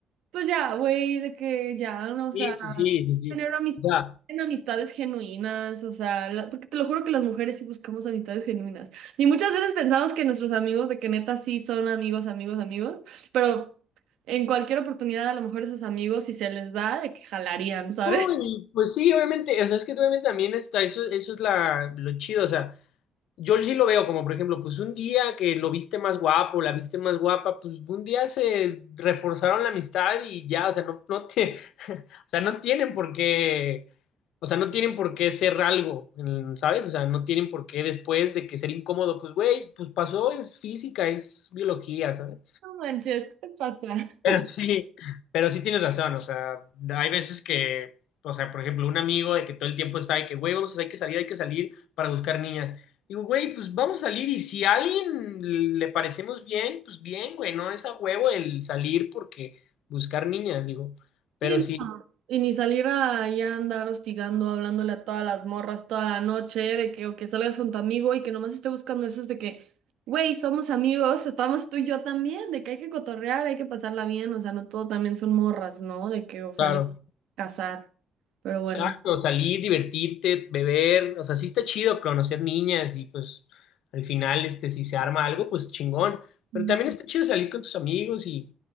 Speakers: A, on the right; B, on the left.
A: Pues ya, güey, de que ya, no, o sea,
B: sí, sí, sí, sí, sí.
A: tener amis-
B: O sea,
A: en amistades genuinas, o sea, la- porque te lo juro que las mujeres sí buscamos amistades genuinas. Y muchas veces pensamos que nuestros amigos, de que neta sí son amigos, amigos, amigos, pero en cualquier oportunidad a lo mejor esos amigos, si se les da, de que jalarían, ¿sabes?
B: No,
A: <laughs>
B: y pues sí, obviamente, o sea, es que obviamente también está, eso, eso es la, lo chido, o sea, yo sí lo veo como, por ejemplo, pues un día que lo viste más guapo, la viste más guapa, pues un día se reforzaron la amistad y ya, o sea, no, no te, <laughs> o sea, no tienen por qué, o sea, no tienen por qué ser algo, mm, ¿sabes? O sea, no tienen por qué después de que ser incómodo, pues güey, pues pasó, es física, es biología, sabes
A: No manches, ¿qué te pasa?
B: pero sí, pero sí tienes razón, o sea, hay veces que, o sea, por ejemplo, un amigo de que todo el tiempo está de que, güey, vamos, hay que salir, hay que salir para buscar niñas. Digo, güey, pues vamos a salir y si a alguien le parecemos bien, pues bien, güey, no es a huevo el salir porque buscar niñas, digo, pero
A: Sí,
B: sí,
A: no. Y ni salir ahí a andar hostigando, hablándole a todas las morras toda la noche, de que, o que salgas con tu amigo y que nomás esté buscando eso, es de que, güey, somos amigos, estamos tú y yo también, de que hay que cotorrear, hay que pasarla bien, o sea, no todo también son morras, ¿no? De que o salir
B: claro,
A: a cazar, pero bueno.
B: exacto, salir, divertirte, beber, o sea, sí está chido conocer niñas y pues al final, este, si se arma algo, pues chingón, pero
A: Ujú.
B: también está chido salir con tus amigos y